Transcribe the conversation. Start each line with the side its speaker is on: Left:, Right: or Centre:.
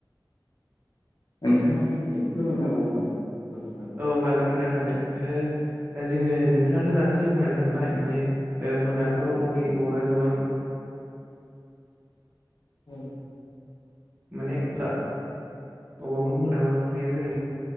Left: नोंथाङा एसे फोरमायनो हाबावगोन नामा? अरनि बागै?
Right: औ हागोन नोंथां हागोन दा जोङो नोंथाङाथो दानिसो बुंना थांबाय माने ओ मोनाफोराव अरे अरा गोबां
Left: औ
Right: माने अबेबाफोर मोनाफोराव थांनायाव जों